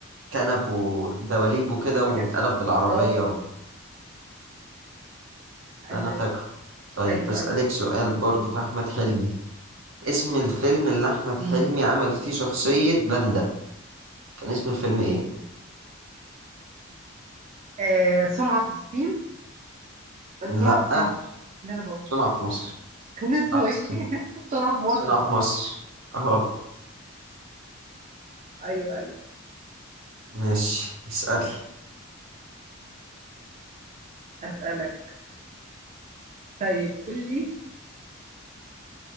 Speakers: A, on the right; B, on the right.
A: كنب ودواليب وكده واتقلب
B: حاجات
A: بالعربية
B: اه
A: و... ده
B: اساس
A: انا فاكره طيب
B: ايوه
A: بسألك
B: ايوه
A: سؤال برضو في أحمد حلمي اسم الفيلم اللي أحمد
B: مم.
A: حلمي عمل فيه شخصية باندا كان اسم الفيلم إيه؟
B: آه صنع في الصين
A: لأ
B: صنع في مصر اللي انا بقوله
A: صنع في مصر
B: كان
A: صنع
B: اسمه ايه
A: في
B: <laughs> صنع في مصر
A: صنع في
B: صح
A: مصر اهو
B: ايوه ايوه
A: ماشي اسأل
B: اسألك طيب قول لي